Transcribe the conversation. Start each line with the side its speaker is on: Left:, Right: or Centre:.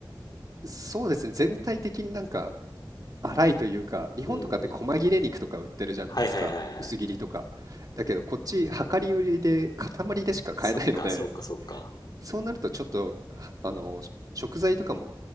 Right: そうですね全体的になんか粗いというか日本とかって細切れ肉とか売ってるじゃないですか薄切りとかだけどこっち量り売りで塊でしか買えないので
Left: うんうん。はいはいはいはい。そっかそっかそっか。
Right: そうなるとちょっとはあの食材とかも